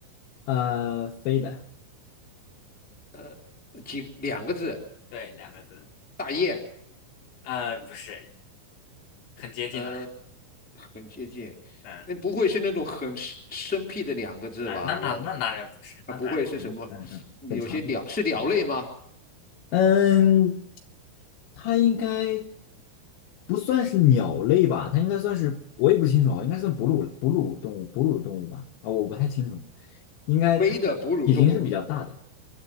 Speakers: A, on the left; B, in the centre.
A: 呃，飞的。
B: 呃，几两个字，
A: 对，两个字，
B: 大雁，
A: 呃，不是，很接近了，
B: 呃，很接近，
A: 嗯，
B: 嗯，不会是那种很生生僻的两个字吧？
A: 啊，那当那当然不是，
B: 我啊，
A: 那当然不是，
B: 不会是什么？
A: 嗯嗯，很常见。
B: 有些鸟是鸟类吗？
A: 嗯，它应该不算是鸟类吧？它应该算是，我也不清楚啊，应该算哺乳哺乳动物，哺乳动物吧？啊，我不太清楚，应该它体型是比较大的，
B: 飞的哺乳动物，